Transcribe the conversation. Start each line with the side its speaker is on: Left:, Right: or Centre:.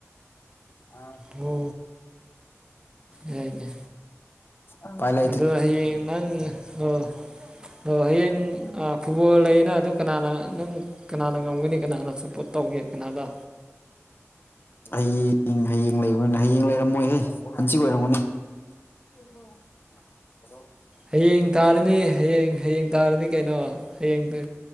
Left: <inaudible>
Right: ꯑꯣ ꯌꯥꯏꯅꯦ
Left: ꯎꯄꯥꯏ ꯂꯩ
Right: ꯑꯗꯣ ꯍꯌꯦꯡ ꯅꯪ ꯑꯣ ꯑꯣ ꯍꯌꯦꯡ ꯑ ꯐꯨꯠꯕꯣꯜ ꯂꯩꯌꯦꯅ ꯑꯗꯨ ꯀꯅꯥꯅ ꯅꯪ ꯀꯅꯥꯅ ꯉꯝꯒꯅꯤ ꯀꯅꯥꯅ ꯁꯞꯄꯣꯠ ꯇꯧꯒꯦ ꯀꯅꯥꯗ꯫
Left: ꯍꯌꯦꯡ ꯍꯌꯦꯡ ꯂꯩꯕ꯭ꯔꯅꯦ ꯍꯌꯦꯡ ꯂꯩꯔꯝꯃꯣꯏꯍꯦ ꯍꯟꯆꯤꯛ ꯑꯣꯏꯔꯝꯒꯅꯤ꯫ <inaudible> <inaudible>
Right: ꯍꯌꯦꯡ ꯇꯥꯔꯅꯤ ꯍꯌꯦꯡ ꯍꯌꯦꯡ ꯇꯥꯔꯅꯤ ꯀꯩꯅꯣ ꯍꯌꯦꯡ ꯇ